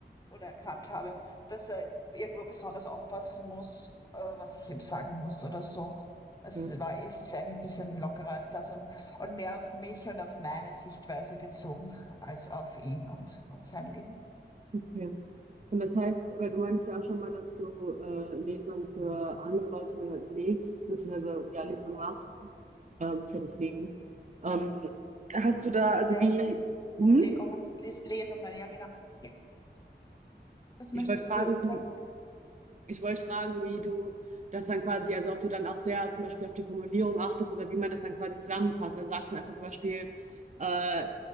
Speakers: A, on the left; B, on the right.
A: oder erkannt habe, dass er irgendwo besonders aufpassen muss, äh, was ich ihm sagen muss oder so. Es
B: Ja,
A: war, es ist eigentlich ein bisschen lockerer als das und, und mehr auf mich und auf meine Sichtweise bezogen als auf ihn und, und sein Leben.
B: okay. Und das heißt, weil du meinst ja auch schon mal, dass du äh, Lesungen für andere Leute legst, beziehungsweise ja,
A: Ja,
B: Lesungen machst, ähm, ist ja nicht legen. Ähm, hast du da,
A: also
B: also
A: ja,
B: wie, hm?
A: Legungen, Les Lesungen, ja genau. Ja. Was
B: Ich
A: möchtest
B: wollte fragen,
A: du sagen?
B: Ich wollte fragen, wie du das dann quasi, also ob du dann auch sehr zum Beispiel auf die Formulierung achtest oder wie man das dann quasi zusammenpasst. Also sagst du einfach zum Beispiel, äh,